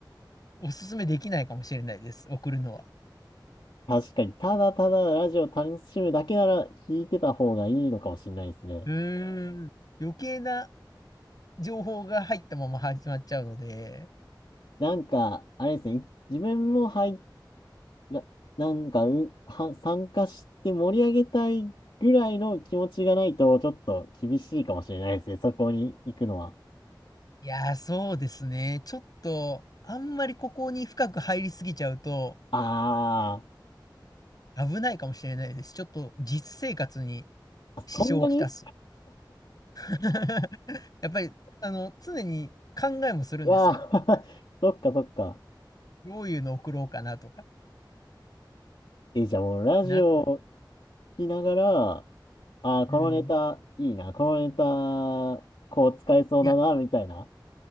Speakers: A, on the left; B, on the left.
A: おすすめできないかもしれないです。送るのは。
B: 確かに、ただただラジオ楽しむだけなら聞いてた方がいいのかもしれないですね。
A: うーん。余計な情報が入ったまま始まっちゃうので、
B: なんか、あれですね。自分も拝な、なんか、うは、参加して盛り上げたいぐらいの気持ちがないと、ちょっと厳しいかもしれないですね。そこに行くのは。
A: いやー、そうですね。ちょっと、あんまりここに深く入りすぎちゃうと
B: あ
A: 危ないかもしれないです。ちょっと実生活に
B: ー、
A: 支障をきたす。
B: そんなに
A: <laughs> やっぱり、あの、常に考えもするんですよ。
B: わあ、<laughs> そっかそっか。
A: どういうの送ろうかなとか。
B: え、じゃあもうラジオを
A: なので、
B: 聞きながら、あー、
A: うん。
B: このネタいいな、このネタ、こう使えそうだな、
A: いや、
B: みたいな。